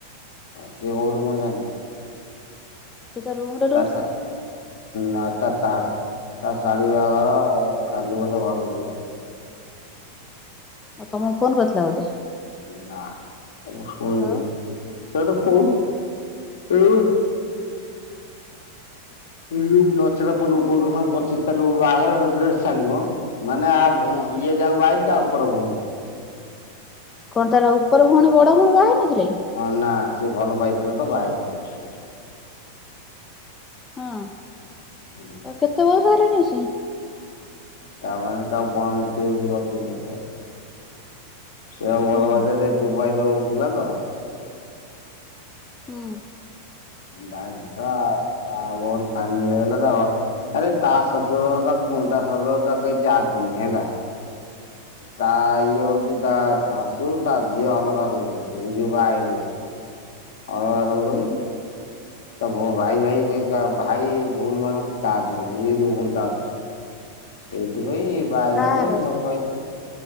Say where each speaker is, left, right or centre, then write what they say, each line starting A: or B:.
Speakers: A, on the left; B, on the left.
A: ଏ ସେ ଗଡ ମ ଜା ନା
B: ସେ ତ ରୁମ
A: ତା ସା ନାଁ ତ ସାର୍ ତା ଶାଳି ବାହାଘର କାଲି ବୋଧେ ଘରକୁ ଯିବ।
B: ଉ ତମକୁ ଫୋନ କରିଥିଲା ବୋଧେ।
A: ନା ଅବଶ୍ୟ <inaudible>
B: ଆଉ
A: ଦିନ ସେଟା କୋଉ <inaudible> ପଚିଶ ତାରିଖକୁ ବାହାଘର ତ ଛାଡିବ। ମାନେ ଇଏ ଯାହାକୁ ବାହା ହେଇଛି ତା ଉପର ଭଉଣୀ।
B: କଣ ତାର ଉପର କଣ ବଡ ଭଉଣୀ ବାହା ହେଇ ନଥିଲେ?
A: ହଁ ନା ସେ ଭଲ ପାଇଥିଲା ତ ବାହା ହେଇନଥିଲା।
B: ହଁ।
A: ହୁଁ
B: ଆଉ କେତେ ବୟସ ହେଲାଣି ଆସି?
A: ତାମାନେ ତାକୁ ପଇଁତିରିଶ ବତିଶି ହେଇଥିବ ସେ ଆଉ ଭଲ
B: ହୁଁ
A: ପାଇଥିବ ସେ ଦୁବାଇରେ ରହୁଥିଲା ତ
B: ହଁ।
A: ବାଲଟା ବାହାହବ ବୋଲି ଫାଇନାଲ ହେଇଗଲା ତ ଆରେ ତା ଶଶୁରଘର ତାକୁ ତା ଶଶୁର ତାକୁ ଚାହାନ୍ତିନି ହେଲା। ତା ଇଏ ହଉଛି ତା ଶାଶୁ ତା ଝିଅ ଅଲଗା ରହୁଛନ୍ତି ଇଏ ଯୋଉ ବାହାହେଇ ଯାଇଛନ୍ତି। ଅଲଗା ରହୁଛନ୍ତି।
B: ହୁଁ
A: ତା ଭାଇ ଭାଇ ଭାଇ ଭଉଣୀ ମାନଙ୍କ ଚାହାନ୍ତିନି ଏଇ ଯୋଉ ଭଉଣୀଟା ଅଛି। ସେଇଥିପାଇଁ ବାହାହେଇନିରେ
B: କାହାର
A: ଭଲ ପାଇଛି।